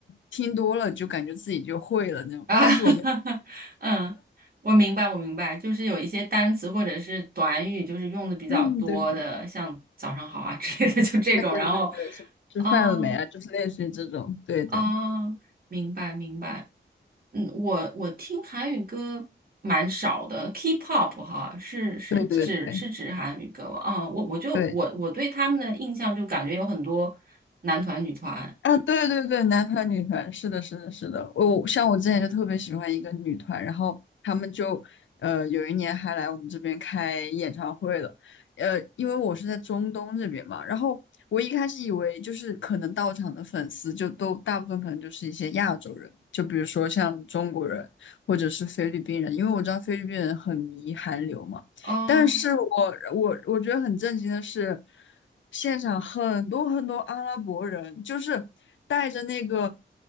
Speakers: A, on the left; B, on the right.
A: 听多了就感觉自己就会了那种。
B: 啊？
A: 但是我们
B: <laughs> 嗯，我明白，我明白，就是有一些单词或者是短语，就是用的比较多的，
A: <laughs> 嗯，对对
B: 像早上好啊之类的，就这种，
A: 对对对对，
B: 然后
A: 是吃饭了没啊？
B: 啊
A: 就是类似于这种，对对
B: 啊，明白明白。嗯，我我听韩语歌蛮少的，K-pop 哈，是是指是指韩语歌吗？
A: 对对对
B: 啊，我我就我我对他们的印象就感觉有很多男团女团，
A: 对。啊，对对对，男团女团，是的，是的，是的。我像我之前就特别喜欢一个女团，然后他们就呃有一年还来我们这边开演唱会了。呃，因为我是在中东这边嘛，然后我一开始以为就是可能到场的粉丝就都大部分可能就是一些亚洲人，就比如说像中国人或者是菲律宾人，因为我知道菲律宾人很迷韩流嘛。
B: 哦，
A: 但是我我我觉得很震惊的是，现场很多很多阿拉伯人，就是带着那个，